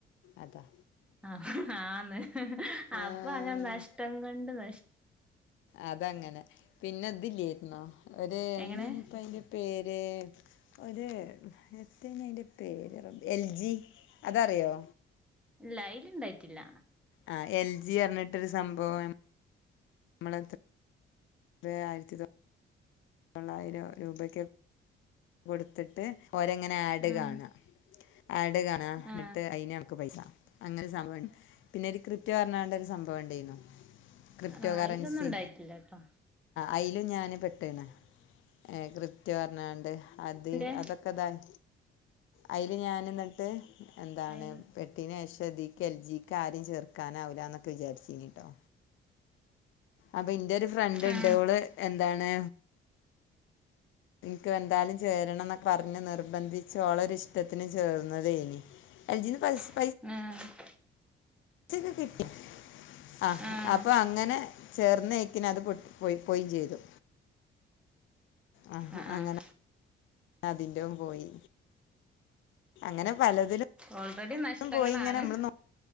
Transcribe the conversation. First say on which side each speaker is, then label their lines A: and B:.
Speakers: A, on the left; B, in the centre.
A: അതാ
B: ആ ആന്ന് അപ്പൊ
A: ആഹ്
B: അങ്ങനെ നഷ്ടം കൊണ്ട് നഷ്
A: അതങ്ങനെ പിന്നെ ഇതിലേർന്നാ? ഒരു എന്തേനിപ്പോ
B: എങ്ങനെ
A: അയിന്റെ പേര് ഒരു എന്തേനി അയിൻ്റെ പേര് റബ്ബേ എൽ ജി അതറിയോ?
B: ഇല്ല അയിലിണ്ടായിട്ടില്ല.
A: ആ എൽ ജി പറഞ്ഞിട്ടൊരു സംഭവം. നമ്മള ത് ആയിരത്തി തൊ ള്ളായിരം രൂപയ്ക്ക് കൊടുത്തിട്ട് ഓരങ്ങനെ ആഡ്
B: ഉം
A: കാണാ. ആഡ് കാണാ
B: ആ
A: നിട്ട് അയിന് നമ്മക് പൈസ. അങ്ങനെ സംഭവം പിന്നെ ഒരു ക്രിപ്റ്റോ പറഞ്ഞാണ്ട ഒരു സംഭവം ഉണ്ടായിനു. ക്രിപ്റ്റോ
B: ആ
A: കറൻസി
B: അയിലൊന്നും ഉണ്ടായിട്ടില്ല ട്ടോ
A: അയില് ഞാനും പെട്ടേനെ ഏ ക്രിപ്റ്റോ പറഞ്ഞാണ്ട് ആദ്യം
B: ന്റെ
A: അതൊക്കെതായി അയില് ഞാൻ എന്നിട്ട് എന്താണ്
B: അയിന്ന്
A: പട്ടീനെ അഴിച്ച് <unintelligible> എൽ ജിക്ക് കാര്യം ചേർക്കാനാവില്ല എന്നൊക്കെ വിചാരിച്ചിനിട്ടോ അപ്പൊ ഇന്റെ ഒരു ഫ്രണ്ട്
B: ആ
A: ഉണ്ട് ഓള് എന്താണ് നിനക്ക് എന്തായാലും ചേരണം എന്നൊക്കെ പറഞ്ഞ് നിർബന്ധിച്ചോളൊര് ഇഷ്ടത്തിനും ചേർന്നതയേനി എൽജിന്ന്
B: ആ
A: പൈസ അതും ഒക്കെ കിട്ടി ആ
B: ആഹ്
A: അപ്പൊ അങ്ങനെ ചേർന്നേക്കിന് അത് പൊട്ടി പോയി പോയേം ചെയ്തു ആ
B: ആഹ്
A: അങ്ങനെ
B: ആഹ്
A: അതിന്റെയും പോയി അങ്ങനെ പലതിലും
B: ഓൾറെഡി നഷ്ടങ്ങളാണ്
A: പോയി ഇങ്ങനെ നമ്മള്